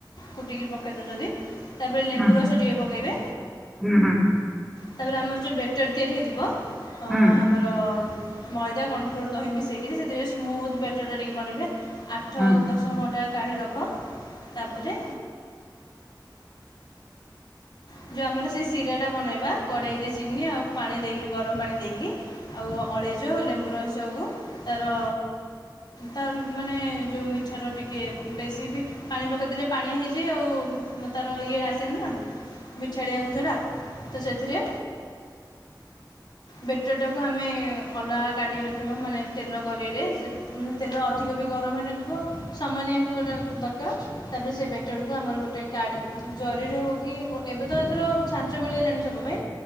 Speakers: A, on the left; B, in the centre.
A: କୁଟିକି ପକାଇ ଦେଉଛନ୍ତି। ତାପରେ ଲେମ୍ବୁ
B: ହୁଁ
A: ରସ ଟିକେ ପକେଇବେ।
B: ହୁଁ
A: ତା ପରେ ଆମର ଯଉଁ ବ୍ୟାଟର ତିଆରି ହୋଇଥିବ ହଁ
B: ହୁଁ
A: ଆମର ମଇଦା କର୍ଣ୍ଣଫ୍ଲୋର୍ ଦହି ମିସେଇକିରି ସେଥିରେ ସ୍ମୁଦ୍ ବ୍ୟାଟର ଟା ଟିକେ ବନେଇବେ ଆଠ
B: ଆଚ୍ଛା
A: ଦଶ ଘଣ୍ଟା କାଢ଼ି ରଖ ତାପରେ ଯୋଉ ଆମର ସେଇ ଶିରା ଟା ବନେଇବ କଢେଇ ରେ ଚିନି ଆଉ ପାଣି ଦେଇକିରି ଗରମ ପାଣି ନେଇକିରି ଆଉ ଅଳେଇଚ ଲେମ୍ବୁ ରଶକୁ ତାର ତ ମାନେ ଯୋଉ ଏଠାର ଟିକେ ବେଶୀ ବି ପାଣି ପକାଇ ଦେଲେ ପାଣିଆ ହେଇଯାଏ ।ଆଉ ତାର ଇଏ ଆସେନି ନା। ମିଠାଳିଆ ଅଂଶଟା ତ ସେଥିରେ ବେଟର ଟାକୁ ଆମେ ଅଲଗା କାଢ଼ି ରଖିବା ।ମାନେ ତେଲ ଗଡ଼େଇରେ ତେଲ ଅଧିକ ବି ଗରମ ହେଇନଥିବ ସାମାନ୍ ଏମତି ଗୋଟେ ଦରକାର ତାପରେ ସେ ବେଟର କୁ ଆମର ଗୋଟେ କାଡ଼ି ଜରିରେ ହେଉ କି ଏବେ ତ ଏଥର ଛାଞ୍ଚ ମିଳିଗଲାଣି ସବୁ ପାଇଁ